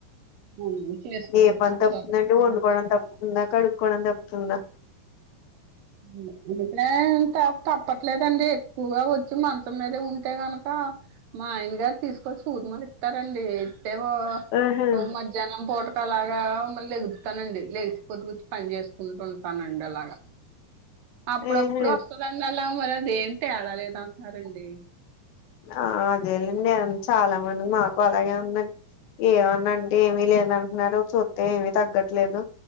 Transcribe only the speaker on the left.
ఏ పని
తప్పుందండి
వండుకోవడం
తప్పుతుందా కడుక్కోవడం తప్పుతుందా
ఆహా
ఆహా
ఆ అదేనండి చాలా మంది మాకు అలాగే ఉందండి ఏమన్నా అంటే ఏమీ లేదంటున్నారు చూస్తే ఏమి తగ్గట్లేదు